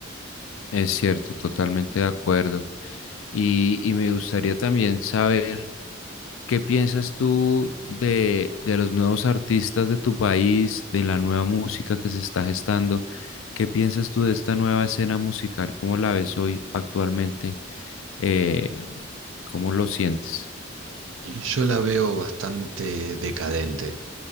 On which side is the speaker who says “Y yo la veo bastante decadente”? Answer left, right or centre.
Right